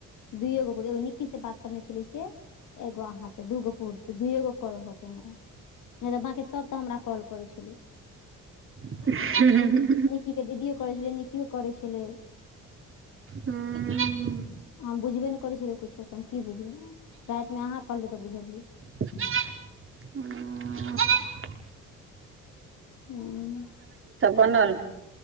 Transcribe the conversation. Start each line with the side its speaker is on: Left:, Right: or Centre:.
Left: दुइये गो पुरले एगो निक्की से बात करने छलै से एगो अहाँ से दूगो पू से दुइएगो कॉल हुते हमरा नइ ये बाँकी सभ तऽ हमरा कॉल करै छलइ।
Right: ह ह
Left: निक्की के दीदी करै छलै निकी यो करै छलै।
Right: हम्म
Left: हम बुझबे ने करै छलियै कछो तऽ हम की बुझबे रातमे अहाँ कहलियै तऽ बुझलियै।
Right: <inaudible> हम्म <inaudible>
Left: हम्म
Right: बनल